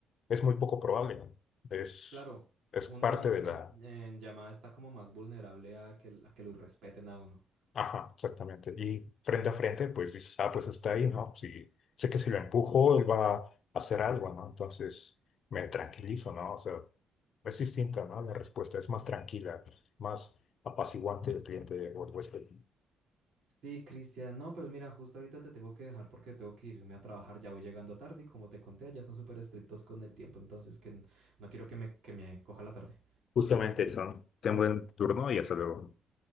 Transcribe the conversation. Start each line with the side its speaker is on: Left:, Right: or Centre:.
Left: es muy poco probable. ¿no? Es,
Right: Claro,
Left: es
Right: uno
Left: parte
Right: en,
Left: de la...
Right: en, en llamada está como más vulnerable a que, a que lo respeten a uno.
Left: Ajá, exactamente. Y frente a frente, pues dices, ah, pues está ahí, ¿no? sí sé que si lo empujo, él va a hacer algo, ¿no? Entonces me tranquilizo, ¿no? O sea... Es distinta, ¿no? La respuesta es más tranquila, más apaciguante del cliente o el huésped.
Right: Sí, Cristian, no, pues mira, justo ahorita te tengo que dejar porque tengo que irme a trabajar, ya voy llegando tarde y como te conté, ya son súper estrictos con el tiempo, entonces que n- no quiero que me, que me coja la tarde.
Left: Justamente eso. Ten buen turno y hasta luego.